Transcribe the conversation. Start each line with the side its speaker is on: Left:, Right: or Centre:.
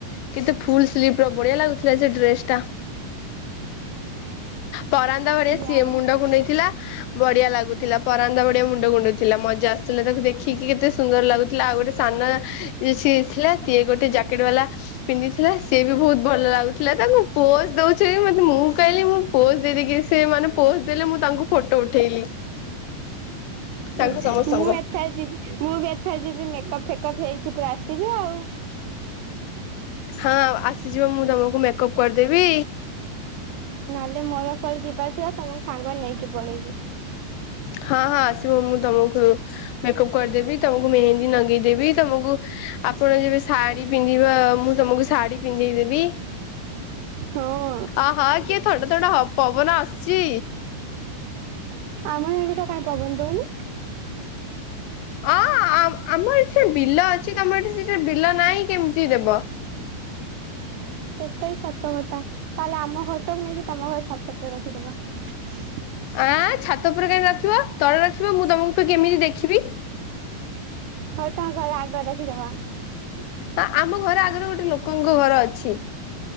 Left: କିନ୍ତୁ ଫୁଲ ସ୍ଲିଭ ର ବଢିଆ ଲାଗୁଥିଲା ସେ ଡ୍ରେସ ଟା। ପରାନ୍ତ ଘରେ
Right: ଯା
Left: ସିଏ
Right: ହଉ।
Left: ମୁଣ୍ଡ କୁଣ୍ଡେଇ ଥିଲା ବଢିଆ ଲାଗୁଥିଲା ପରାନ୍ତ ବଢ଼ିଆ ମୁଣ୍ଡ କୁଣ୍ଡେଇଥିଲା। ମଜା ଆସୁଥିଲା ତାକୁ ଦେଖିକି କେତେ ସୁନ୍ଦର ଲାଗୁଥିଲା। ଆଉ ଗୋଟେ ସାନ ଯେ ସିଏ ଥିଲା କିଏ ଗୋ ଗୋଟେ ଜ୍ୟାକେଟ ବାଲା ପିନ୍ଧିଥିଲା। ସିଏ ବି ବହୁତ ଭଲ ଲାଗୁଥିଲା ତାଙ୍କୁ ପୋଜ୍ ଦଉଛି ମତେ ମୁଁ କହିଲି ମୁଁ ପୋଜ ଦେଇଦେଇକି ସେ ମାନେ ପୋଜ ଦେଲେ ମୁଁ ତାଙ୍କୁ ଫଟୋ ଉଠେଇଲି
Right: ମୁଁ
Left: ତାଙ୍କୁ ସମସ୍ତଙ୍କ
Right: ଏଥ ଯିବି ମୁଁ ବି ଏଥର ଯିବି ମେକପ୍ ଫେ ଫେକପ ହେଇକି ପୁରା ଆସିବି ଆଉ।
Left: ହଁ ଆସିଯିବ ମୁଁ ତମକୁ ମେକଅପ କରିଦେବି।
Right: ନହେଲେ ମୋର କୁଆଡେ ଯିବା ତମକୁ ସାଙ୍ଗ ନେଇକି ପଳେଇବି।
Left: ହଁ ହଁ ଆସିବ ମୁଁ ତମକୁ ହୁଁ ମେକଅପ କରିଦେବି ତମକୁ ମେହେନ୍ଦୀ ନଗେଇଦେବି ତମକୁ ଆପଣ ଯେବେ ଶାଢୀ ପିନ୍ଧିବା ମୁଁ ତମକୁ ଶାଢୀ ପିନ୍ଧେଇ ଦେବି।
Right: ହଁ
Left: ଅହ କିଏ ଥଣ୍ଡା ଥଣ୍ଡା ପବନ ଆସୁଚି।
Right: ଆମର ଏଠି ତ କାଇଁ ପବନ ଦଉନି।
Left: ଅଁ ଆମ ଆମ ଏଠୀ ସେ ବିଲ ଅଛି ତମେ ଏଠି ସେ ବିଲ ନାହିଁ କେମିତି ଦେବ।
Right: ସେଟା ବି ସତ କଥା, ତାହେଲେ ଆମ ଘଟାକୁ ନେଇକି ତମ ଘର ଛାତ ଉପରେ ରଖିଦବା ।
Left: ଆଁ ଛାତ ଉପରେ କାହିଁ ରଖିବ, ତଳେ ରଖିବ ମୁଁ ତମକୁ ତ କେମିତି ଦେଖିବି?
Right: ହଉ ତାଙ୍କ ଘର ଆଗରେ ରଖିଦବା ।
Left: ହଁ, ଆମ ଘର ଆଗରେ ଗୋଟେ ଲୋକଙ୍କ ଘର ଅଛି ।